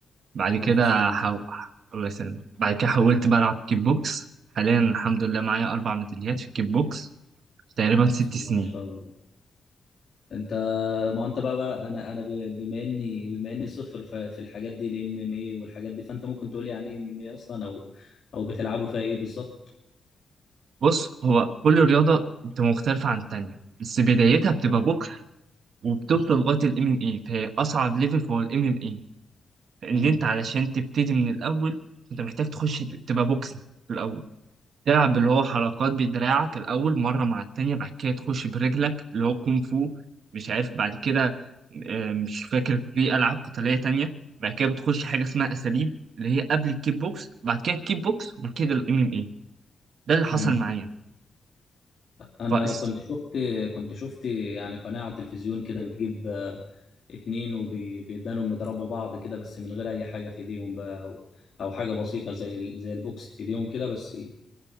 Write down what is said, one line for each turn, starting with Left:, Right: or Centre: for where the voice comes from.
Right: بعد كده
Left: الف سلامه
Right: حو...
Left: عليك.
Right: الله يسلمك بعد كده حولت بقى ألعب كيك بوكس حاليا الحمد لله معايا أربع ميداليات في الكيك بوكس في تقريبا ست
Left: بسم الله
Right: سنين
Left: ما شاء الله انت ما انت بقى, بقى انا انا ب- بما اني بما اني صفر في, في الحاجات دي الام ام اي والحاجات دي فانت ممكن تقول لي يعني ايه ام ام اي اصلا او او بتلعبوا فيها ايه بالظبط
Right: بص هو كل رياضة بتبقى مختلفة عن التانية بس بدايتها بتبقى بوكس وبتوصل لغاية ال MMA فهي أصعب ليفل هو ال MMA لأن
Left: امم
Right: أنت علشان تبتدي من الأول أنت محتاج تخش تبقى بوكس في الأول تلعب اللي هو حركات بدراعك الأول مرة مع التانية بعد كده تخش برجلك اللي هو كونغ فو مش عارف بعد كده آه، مش فاكر في ألعاب قتالية تانية بعد كده بتخش حاجة اسمها أساليب اللي هي قبل الكيك بوكس بعد كده الكيك بوكس وبعد كده الام ام اي ده اللي حصل
Left: امم
Right: معايا
Left: انا
Right: فاس
Left: كنت شفت كنت شفت يعني قناه على التلفزيون كده بتجيب آه، اتنين وبيدانهم يضربوا بعض كده بس من غير اي حاجه في ايديهم بقى او او حاجه بسيطه زي ال- زي البوكس في ايديهم كده بس